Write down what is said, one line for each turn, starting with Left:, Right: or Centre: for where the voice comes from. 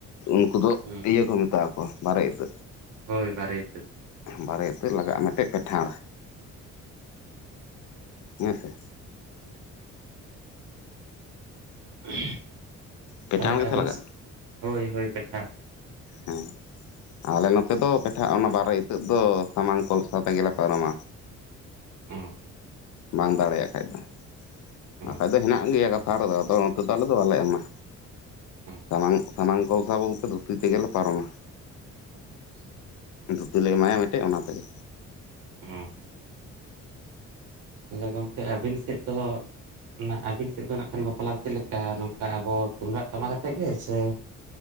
Left: ᱩᱱᱠᱩ ᱫᱚ
Right: ᱦᱩᱸ
Left: ᱤᱭᱟᱹ ᱠᱚ ᱢᱮᱛᱟᱜ ᱠᱚ ᱵᱟᱨᱮ ᱤᱛᱟᱹ
Right: ᱦᱳᱭ ᱵᱟᱨᱮᱤᱛᱟᱹ
Left: ᱵᱟᱨᱮ ᱤᱛᱟᱹ ᱞᱟᱜᱟᱜᱼᱟ ᱢᱤᱫᱴᱮᱱ ᱯᱮᱴᱷᱟᱲ ᱦᱮᱸᱥᱮ
Right: ᱦᱮᱸ <unintelligible>
Left: ᱯᱮᱴᱷᱟᱲ
Right: ᱛᱟᱦᱚᱞᱮ
Left: ᱜᱮᱥᱮ
Right: ᱟᱵᱮᱱ
Left: ᱞᱟᱜᱟᱜᱼᱟ
Right: ᱦᱳᱭ ᱦᱳᱭ ᱯᱮᱴᱷᱟ
Left: ᱦᱮᱸ ᱟᱞᱮ ᱱᱚᱛᱮ ᱫᱚ ᱯᱮᱴᱷᱟᱜ ᱚᱱᱟ ᱵᱟᱨᱮ ᱤᱛᱟᱹᱜ ᱫᱚ ᱥᱟᱢᱟᱝ ᱠᱚᱞᱥᱟ ᱛᱮᱜᱮᱞᱮ ᱯᱟᱨᱚᱢᱟ᱾
Right: ᱚᱸ
Left: ᱵᱟᱝ ᱫᱟᱲᱮᱭᱟᱜ ᱠᱷᱟᱡ ᱫᱚ
Right: ᱚᱸ
Left: ᱵᱟᱠᱷᱟᱡ ᱫᱚ ᱦᱮᱱᱟᱜ ᱜᱮᱭᱟ ᱠᱟᱛᱷᱟ ᱨᱮᱫᱚ ᱟᱫᱚ ᱩᱱᱠᱚ ᱫᱚ ᱟᱞᱮ ᱫᱚ ᱵᱟᱞᱮ ᱮᱢᱟ᱾
Right: ᱚᱸ
Left: ᱥᱟᱢᱟᱝ ᱥᱟᱱᱟᱝ ᱠᱚᱞᱥᱟ ᱵᱚᱞᱛᱮ ᱫᱷᱩᱛᱤ ᱛᱮᱜᱮᱞᱮ ᱯᱟᱨᱚᱢᱟ᱾
Right: ᱟᱪᱪᱷᱟ
Left: ᱫᱷᱩᱛᱤ ᱞᱮ ᱮᱢᱟᱭᱟ ᱢᱤᱫᱴᱮᱱ ᱚᱱᱟ ᱛᱮᱜᱮ᱾
Right: ᱦᱮᱸ ᱛᱟᱦᱚᱞᱮ ᱜᱚᱢᱠᱮ ᱟᱹᱵᱤᱱ ᱥᱮᱫ ᱫᱚ ᱚᱱᱟ ᱟᱹᱵᱤᱱ ᱥᱮᱫ ᱫᱚ ᱱᱟᱜ ᱠᱷᱟᱱ ᱵᱟᱯᱞᱟ ᱪᱮᱫ ᱞᱮᱠᱟ ᱱᱚᱝᱠᱟ ᱟᱵᱚ ᱛᱩᱢᱫᱟᱜ ᱴᱟᱢᱟᱠ ᱟᱛᱮᱫ ᱜᱮ ᱥᱮ?